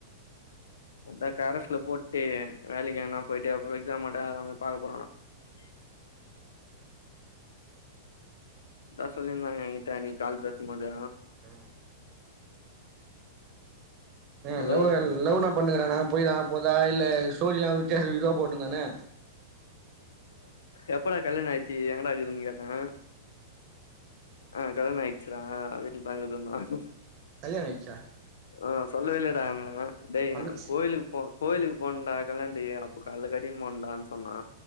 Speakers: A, on the left; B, on the right.
A: அதா கரஸ்ல போட்டு வேலைக்கு எங்கனா போயிட்டு அப்பற எக்ஸாம் அட்டன் அத பாக்க போறானா த சொல்லிர்ந்தாங்க என்கிட்ட அன்னைக்கி கால் பேசம்போது
B: ஆ ஆ
A: ஹலோ
B: லவ் லவ்னா பண்ணுகிறானா போய தா போதா இல்ல ஸ்டோரில்லா வித்தியாச இதுவா போட்டுருந்தானே
A: எப்படா கல்யாண ஆயிச்சு எங்கடா இருக்குறன்னு கேட்டே ஆ கல்யான ஆய்ச்சுரா வீட்டுக்கு <inaudible>
B: கல்யாண ஆய்ச்சா
A: ஆ சொல்லவே இல்லயேடான்னே டேய்
B: அந்த
A: நா கோயிலுக் கோயிலுக்கு போணண்டா கல்யாணத்துக்கு அப்ப கால்ல கட்டின்னு போணண்டான்னு சொன்னா